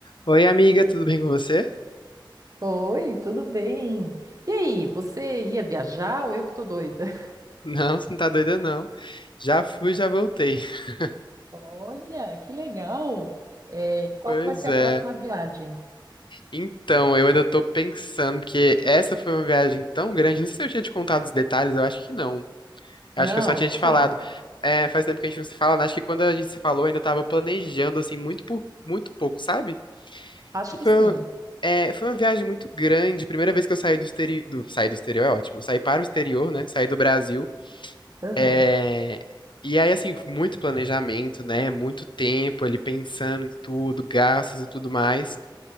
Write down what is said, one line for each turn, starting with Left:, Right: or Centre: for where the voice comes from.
Left: Oi, amiga, tudo bem com você?
Right: Oi, tudo bem? E aí, você ia viajar ou eu que tô doida? <laughs>
Left: Não, você não tá doida, não. Já fui, já voltei. <laughs>
Right: Olha, que legal! É, e qual
Left: Pois
Right: que vai ser
Left: é.
Right: a próxima viagem?
Left: Então, eu ainda tô pensando, porque essa foi uma viagem tão grande. Não sei se eu tinha te contado os detalhes, eu acho que não. Acho
Right: Não,
Left: que eu só tinha
Right: me
Left: te
Right: conta.
Left: falado. É, faz tempo que a gente não se fala, né? Acho que quando a gente se falou, eu ainda tava planejando, assim, muito por muito pouco, sabe?
Right: Acho
Left: E foi,
Right: que sim.
Left: uma- é, foi uma viagem muito grande. Primeira vez que eu saí do exterior. Do, saí do exterior é ótimo. Eu Saí para o exterior, né? Saí do Brasil.
Right: Aham.
Left: É, E aí, assim, muito planejamento, né? Muito tempo ali pensando em tudo, gastos e tudo mais.